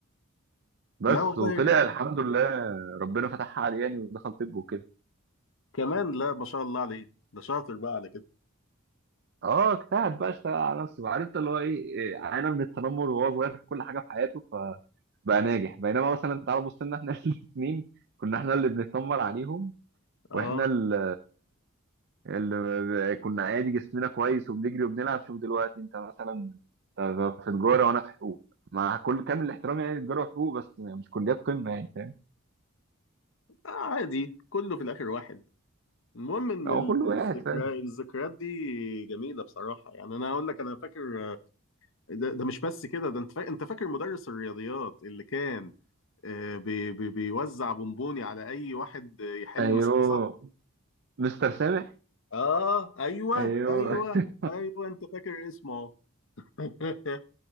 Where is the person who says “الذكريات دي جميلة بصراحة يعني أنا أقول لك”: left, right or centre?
Left